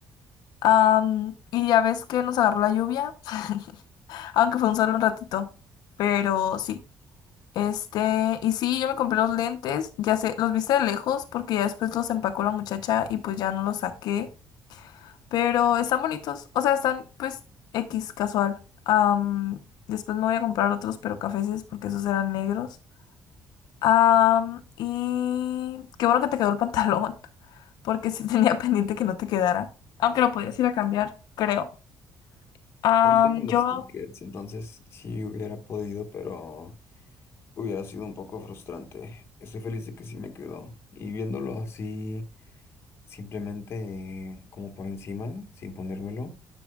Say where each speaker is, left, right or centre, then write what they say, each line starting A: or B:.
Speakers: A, on the left; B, on the left.
A: Am, y ya ves que nos agarró la lluvia, <laughs> aunque fue un solo un ratito, pero sí. Este, y sí, yo me compré los lentes, ya sé, los viste de lejos porque ya después los empacó la muchacha y pues ya no los saqué. Pero están bonitos. O sea, están pues X casual. Am, después me voy a comprar otros, pero cafeses, porque esos eran negros. Am, y qué bueno que te quedó el pantalón, <laughs> porque sí tenía <laughs> pendiente que no te quedara. Aunque lo podías ir a cambiar, creo. Am,
B: Aún tengo los
A: yo
B: tickets, entonces sí hubiera podido, pero hubiera sido un poco frustrante. Estoy feliz de que sí me quedó. Y viéndolo así, simplemente eh, como por encima, sin ponérmelo,